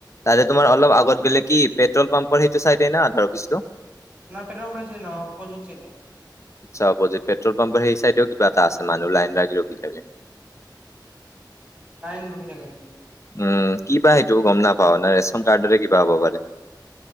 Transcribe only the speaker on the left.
তাল তোমাৰ অলপ আগত গলে কি পেট্ৰল পাম্পৰ সেইটো চাইদে না অফিচটো।
চাব যে পেট্ৰল পাম্পাৰ সেই চাই তও কিবা এটা আছে মানুহ লাইন লাগিলও কি থাকে।
উম কি বা সেইটো গম নাপাও ন ৰেচন কাৰ্ডৰে কিবা হ'ব পাৰে।